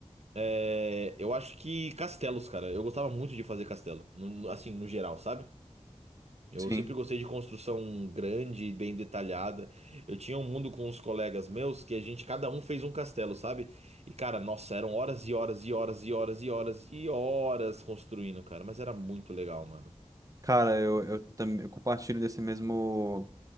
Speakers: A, on the right; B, on the right.
A: é, eu acho que castelos, cara. Eu gostava muito de fazer castelo, no- no- assim, no geral, sabe? Eu
B: sim.
A: sempre gostei de construção grande e bem detalhada. Eu tinha um mundo com os colegas meus que a gente, cada um fez um castelo, sabe? E cara, nossa, eram horas e horas e horas e horas e horas e horas construindo, cara. Mas era muito legal, mano.
B: Cara, eu, eu, tam- eu compartilho desse mesmo.